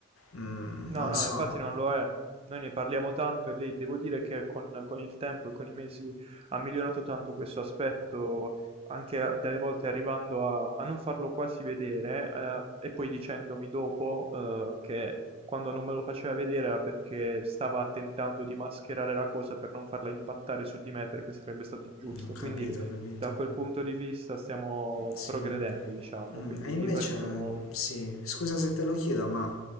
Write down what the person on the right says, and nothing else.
No,
no,
infatti non lo è. Noi ne parliamo tanto e lei devo dire che con, con il tempo e con i mesi ha migliorato tanto questo aspetto, anche a- delle volte arrivando a, a non farlo quasi vedere, eh, e poi dicendomi dopo, eh, che quando non me lo faceva vedere era perché stava tentando di mascherare la cosa per non farla impattare su di me perché sarebbe stato ingiusto.
Quindi
da quel punto di vista stiamo
progredendo, diciamo,
quindi
di questo sono